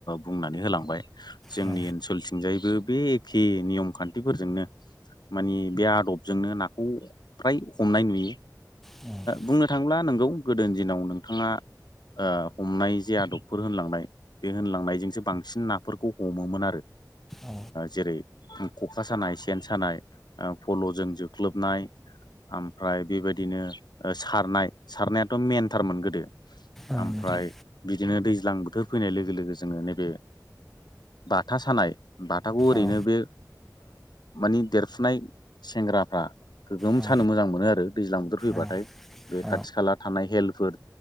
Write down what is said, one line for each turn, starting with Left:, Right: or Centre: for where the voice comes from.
Left: बुंनानै होलांबाय जोंनि
Centre: औ
Left: ओनसोलथिंजायैबो बेखे नियम खान्थिफोरजोंनो मानि बे आदबजोंनो नाखौ फ्राय हमनाय नुयो
Centre: औ
Left: बुंनो थांब्ला नोंगौ गोदोनि दिनाव नोंथाङा ओ हमनाय जे आदबफोर होनलांनाय बे होनलांनायजोंसो बांसिन नाफोरखौ हमोमोन आरो।
Centre: औ
Left: जेरै ख'खा सानाय सेन सानाय फल'जों जोख्लोबनाय ओमफ्राय बेबायदिनो सारनाय सारनायाथ' मेनथार मोनगोन ओमफ्राय
Centre: औ नोंथां
Left: बिदिनो दैज्लां बोथोर फैनाय लोगो लोगो जोङो नैबे बाथा सानाय बाथाखौ ओरैनो
Centre: औ
Left: बे मानि देरफुनाय सेंग्राफ्रा गोगोम
Centre: औ
Left: सानो मोजां मोनो आरो दैज्लां बोथोर फैबाथाय
Centre: औ
Left: बे
Centre: औ
Left: खाथि खाला थानाय हेलफोर